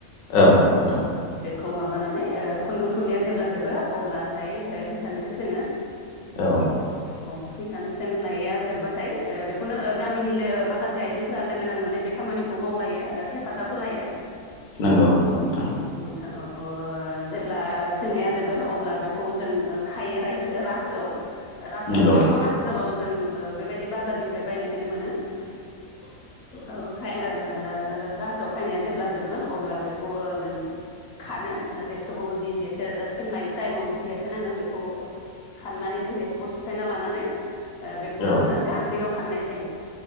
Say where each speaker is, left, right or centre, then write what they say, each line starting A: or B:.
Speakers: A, on the left; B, on the left.
A: औ नोंथां।
B: खौ माबानानै ओ खुन्दुं थुनायया जेब्ला जोबो अब्लाथाय हिसानखौ सोङो
A: औ
B: औ हिसान सोंनाया जोब्बाथाय ओ बेखौनो ओ गामिनि लो माखा से आइजेंफोरा लोगो नांनानै बे खामानिखौ मावलायो हेफाजाब होलायो
A: नंगौ नोंथां
B: <unintelligible> जेब्ला सोंनाया जोबगोन अब्ला बेखौ जों खायो रायस रासोआव रासोखौबोथ'
A: नंगौ
B: आथिखालाव जों ओ बेबायदि बाजारनिफ्राय बायनायखौनो मोनो औ खायो। आरो रासोआव खायनाया जेब्ला जोबगोन अब्ला बेखौ जों खानो जेथोखौ जि जेथो सोंनाय टाइमाव जि जेथो नाङो बेखौ खाननानै जों जेथोखौ सिफायना लानानै ओ बेखौ
A: औ
B: जोङो गान्दैयाव फाननाय जायो।